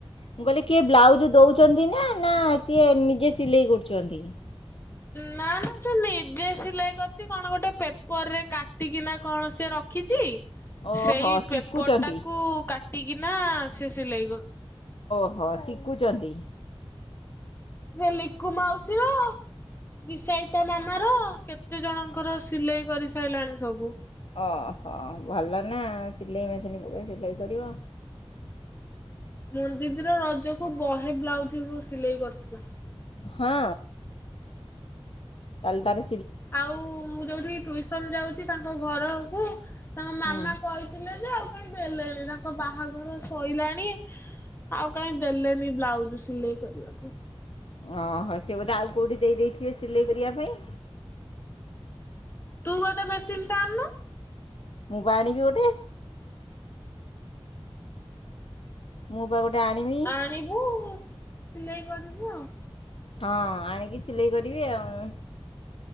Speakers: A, on the left; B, on the left.
A: ମୁଁ କହିଲି କିଏ ବ୍ଲାଉଜ ଦଉଛନ୍ତି ନା ନା ସିଏ ନିଜେ ସିଲେଇ କରୁଛନ୍ତି
B: ନା ନା ସେ ନିଜେ ସିଲେଇ କରିଛି କଣ ଗୋଟେ? ପେପର ରେ କାଟିକିନା କଣ ସିଏ ରଖିଛି
A: ଓହୋ
B: ସେଇ
A: ଶିଖୁଛନ୍ତି
B: ପେପର ଟାକୁ କାଟିକିନା ସେ ସିଲେଇ କରୁଛି
A: ହଁ ଶିଖୁଛନ୍ତି।
B: ସେ ଲିକୁ ମାଉସୀ ର ବିଷାଇତା ମାମାର କେତେ ଜଣଙ୍କର ସିଲେଇ କରିସାରିଲାଣି ସବୁ।
A: ହ ହ ଭଲ ନା ସିଲେଇ ମେସିନ୍ ପକ ସିଲେଇ କରିବ।
B: ମୁ ଦିଦିର ରଜକୁ ବହେ ବ୍ଲାଉଜ ସିଲେଇ କରିଥିଲା।
A: ହଁ। ତାଲ ତାରି
B: ଆଉ ମୁଁ ଯୋଉଠି ଟ୍ୟୁସନ ଯାଉଛି ତାଙ୍କ ଘରକୁ ତାଙ୍କ ମାମା
A: ହୁଁ
B: କହିଥିଲେ ଯେ। ଦେଲେଣି ତାଙ୍କ ବାହାଘର ଶୋଇଲାଣି। ଆଉ କହିଁ ଦେଲେନି ବ୍ଲାଉଜ ସିଲେଇ କରିବାକୁ।
A: ଓହୋ ସେ ବୋଧେ ଆଉ କୋଉଠି ଦେଇ ଦେଇେଇଥିବେ ସିଲେଇ କରିବା ପାଇଁ।
B: ତୁ ଗୋଟେ ମେସିନ୍ ଟା ଆଣନୁ।
A: ମୁ ବାଣୀବି ଗୋଟେ ମୁଁ ପା ଗୋଟେ ଆଣିବି
B: ଆଣିବୁ ସିଲେଇ କରିବୁ ଆଉ।
A: ହଁ ଆଣିକି ସିଲେଇ କରିବି ଆଉ